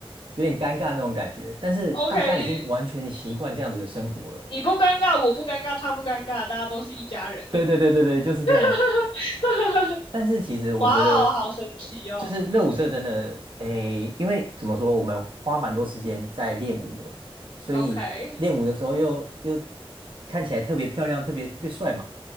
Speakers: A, on the right; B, on the left.
A: 有点尴尬那种感觉，但是大家已经完全习惯这样子的生活了。
B: ，OK，你不尴尬，我不尴尬，他不尴尬，大家都是一家人。
A: 对对对对对，就是这样。
B: <laughs>
A: 但是其实我觉得，
B: 哇哦，好神奇哦。
A: 就是热舞社真的，诶，因为怎么说，我们花蛮多时间在练舞的，所以练舞的时候又又
B: OK，
A: 看起来特别漂亮，特别特别帅嘛，